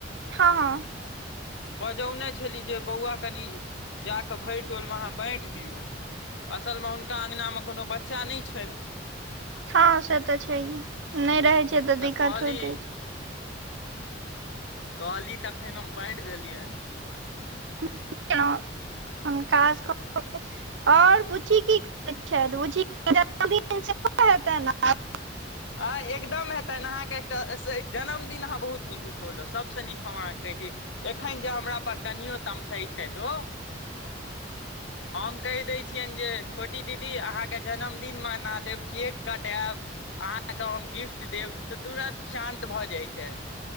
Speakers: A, on the right; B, on the left.
A: हँ हँ।
B: बजौने छली जे बौआ कनि जा के भैर टोल मे अहाँ बाँट दियौ, असल मे हुनका अंगना मे कोनो बच्चा नै छैन
A: हँ से तऽ छैहे नहि रहै छैयतऽ
B: तऽ
A: दिक्कत
B: कहली
A: होइते छैय।
B: कहली तखेन हम बाँइट देलियेन।
A: <unintelligible> हम काज <unintelligible> और बुची <unintelligible> <unintelligible>
B: आ एकदम हेतनि अहाँके एकटा जन्मदिन अहाँ बहुत नीक उठौलहुँ सभसँ नीक हम अहाँके कहैत छी। एखन जे हमरा पर कनियो तमसैय छैथ ओ हम कह दे छिये जे छोटी दीदी अहाँ के जन्मदिन मनाब, केक कटाब। कऽ हम गिफ्ट देब तऽ तुरन्त शान्त भऽ जाइत छैय।